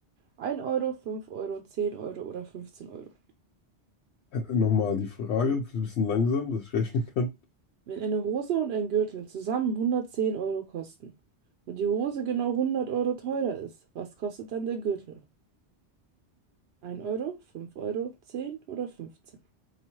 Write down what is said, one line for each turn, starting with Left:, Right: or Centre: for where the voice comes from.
Right: Ein Euro, 5 Euro, 10 Euro oder 15 Euro.
Left: nochmal die Frage, ein bisschen langsam, dass ich rechnen kann.
Right: Wenn eine Hose und ein Gürtel zusammen 110 Euro kosten und die Hose genau 100 Euro teurer ist, was kostet dann der Gürtel? Ein Euro, 5 Euro, 10 oder 15?